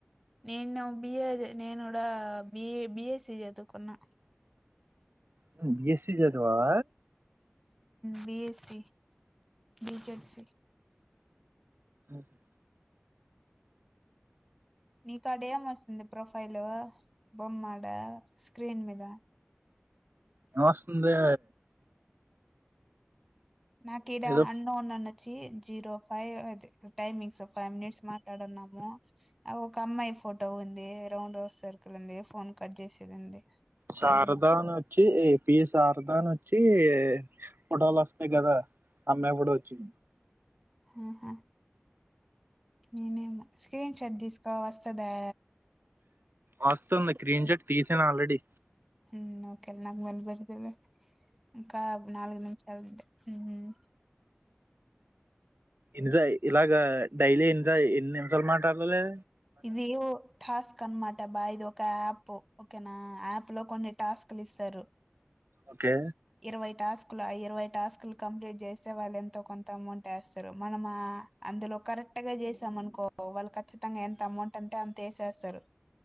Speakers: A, in the centre; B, on the right.
A: నేను నా బి ఎ ది నేనొడ బి. A B. ఎస్సీ చదువుకున్నా
B: నువ్ బి. ఎస్సీ జదువావ
A: B. SC B. Z. C
B: ఉహు
A: నీకా ఆడ ఏం వస్తుంది ప్రొఫైల్ బొమ్ ఆడ స్క్రీన్ మీద
B: నమస్తుందే
A: నాక్ ఇరా
B: ఏదో
A: అన్నోన్ అన్నది వచ్చి zero five timings five minutes మాట్లాడున్నాము. ఒక అమ్మాయి ఫోటో ఉంది రౌండ్ సర్కిల్ ఉంది. ఫోన్ కట్ చేసేది ఉంది.
B: శారదాన్
A: రెడ్
B: వచ్చి ఏపి శారదాన్ వచ్చి చి పోటోలస్తయి కదా అమ్మాయి కూడా వచ్చింది
A: యూహ్ హా నేనేమీ స్క్రీన్ షాట్ తీసుకో వస్తందా
B: వస్తుంది స్క్రీన్ షర్ట్ తీసాను ఆల్రెడీ
A: హమ్ ఓకే, నాకు మళ్ళీ పెడుతూ గాని ఇంకా నాలుగు నిషాలంది ఉమ్
B: ఎన్ని ఇలాగ డైలీ ఎన్నిసా ఎన్ని నిమిషాలు మాట్లాదాతలే
A: ఇది ఓ టాస్క్ అనమాట బా ఇది ఒక యాప్ ఓకేనా యాప్ లో కొన్ని టాస్క్ లు ఇస్తారు
B: ఓకే
A: ఇరవై టాస్క్ ఇరవై టాస్కులు కంప్లీట్ చేస్తే వాళ్ళు ఎంతో కొంత అమౌంట్ వేస్తారు మనము అందులో కరెక్ట్ గా చేసాంనుకో వాళ్ళు కచ్చితంగా ఎంత అమౌంట్ అంటే అంత వేసేస్తారు